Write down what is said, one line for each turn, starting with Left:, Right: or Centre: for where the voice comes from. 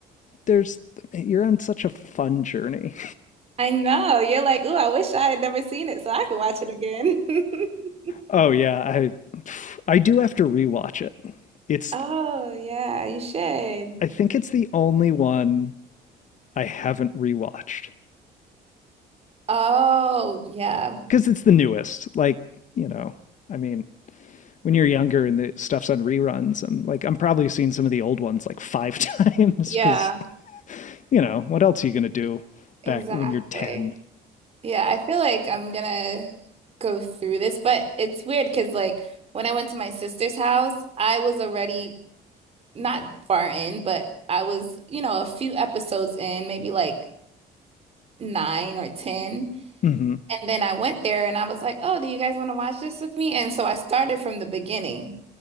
Left: there's, you're on such a fun journey.
Right: I know. You're like, ooh, I wish I had never seen it so I could watch it again. <laughs>
Left: Oh, yeah, I, I do have to rewatch it. It's,
Right: Oh, yeah, you should.
Left: I think it's the only one I haven't rewatched
Right: Oh, yeah.
Left: because it's the newest. Like, you know, I mean, when you're younger and the stuff's on reruns, I'm like, I'm probably seeing some of the old ones like five <laughs> times
Right: Yeah,
Left: because you know, what else are you gonna do
Right: exactly.
Left: back when you're 10?
Right: Yeah, I feel like I'm gonna go through this, but it's weird because, like, when I went to my sister's house, I was already not far in, but I was, you know, a few episodes in, maybe like nine or 10.
Left: hmm
Right: And then I went there and I was like, oh, do you guys want to watch this with me? And so I started from the beginning.